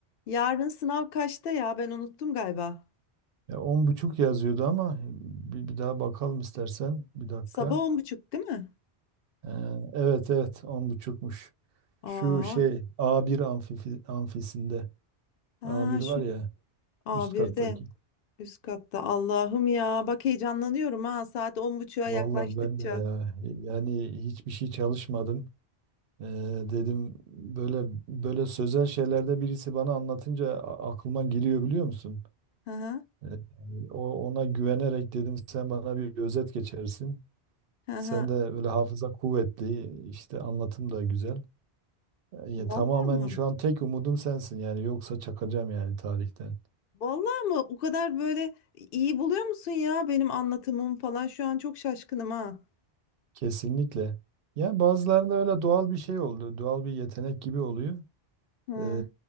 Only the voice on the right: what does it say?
Ya on buçuk yazıyordu ama bir, bir daha bakalım istersen. Bir dakika.
Ee, evet evet on buçukmuş. Şu
şey A1 amfifi, amfisinde.
A1 var
ya
üst kattaki.
Vallahi
ben de ya yani hiçbir şey çalışmadım. Ee, dedim böyle böyle sözel şeylerde birisi bana anlatınca a- aklıma giriyor biliyor musun?
Ee, o ona güvenerek dedim sen bana bir özet geçersin.
Sen de böyle hafıza kuvvetli, işte anlatım da güzel. Ya,
tamamen
şu an tek umudum sensin yani yoksa çakacağım yani tarihten.
Kesinlikle. Yani bazılarında öyle doğal bir şey oldu, doğal bir yetenek gibi oluyor.
Ee,